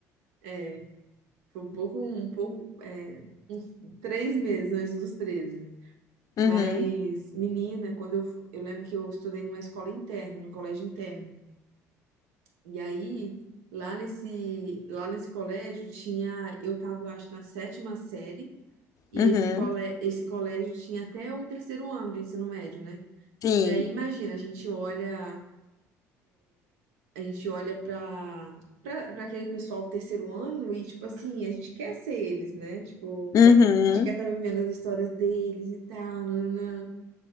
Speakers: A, on the right; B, on the left.
A: É, foi um pouco, um pouco, é, uns três meses antes dos treze,
B: Uhum,
A: Mas, menina, quando eu, eu lembro que eu estudei numa escola interna, num colégio interno. E aí, lá nesse, lá nesse colégio tinha, eu tava, eu acho, na sétima série. E
B: uhum,
A: esse, cole, esse colégio tinha até o terceiro ano do ensino médio, né?
B: sim.
A: E aí, imagina, a gente olha a gente olha pra pra pra aquele pessoal do terceiro ano e, tipo assim, a gente quer ser eles, né? Tipo,
B: Uhum.
A: a gente quer estar vivendo as histórias deles e tal, nananã.